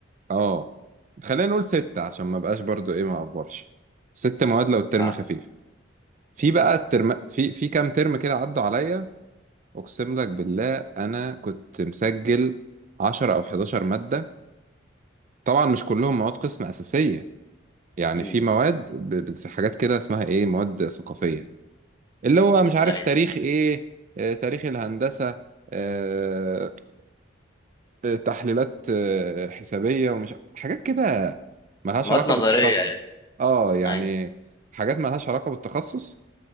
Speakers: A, on the right; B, on the left.
A: اه خلينا نقول ستة عشان ما بقاش برضو إيه ما أفورش ست مواد لو الترم
B: آه،
A: خفيف في بقى الترم في في كام ترم كده عدوا عليا أقسم لك بالله أنا كنت مسجل عشرة أو حداشر مادة طبعا مش كلهم مواد قسم أساسية يعني
B: إمم،
A: في مواد ب- بنس- حاجات كده اسمها إيه مواد ثقافية اللي هو مش عارف
B: أيوه.
A: تاريخ ايه آه، تاريخ الهندسة آه، آه، تحليلات آه، حسابية ومش حاجات كده ملهاش
B: مواد
A: علاقة
B: نظرية
A: بالتخصص
B: يعني،
A: اه يعني
B: أيوه،
A: حاجات ملهاش علاقة بالتخصص